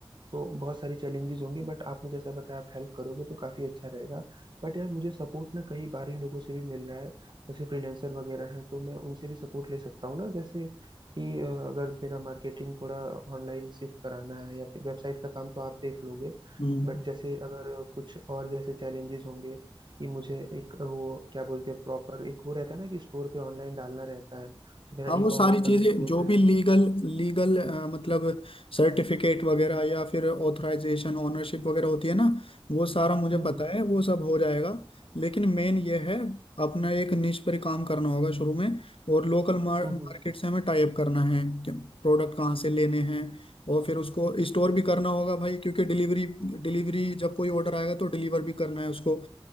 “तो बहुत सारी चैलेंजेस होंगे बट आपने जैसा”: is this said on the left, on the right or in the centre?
Right